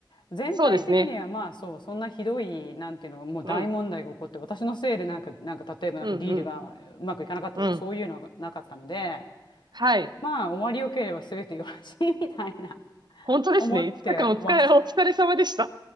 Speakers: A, on the left; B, on the right.
A: 全体的にはまあそう、
B: そうですね。
A: そんなひどい、なんていうの、もう大問題が起こって、
B: うん、
A: 私のせいでなんか、なんか例えばなんかディールがうまくいかなかったとかそういうのはなかったので、
B: うん、うん、うん。はい。
A: まあ終わりよければ全てよろしいみたいな
B: 本当ですね。
A: 思ってわす、
B: 5日間お疲れ、お疲れ様でした。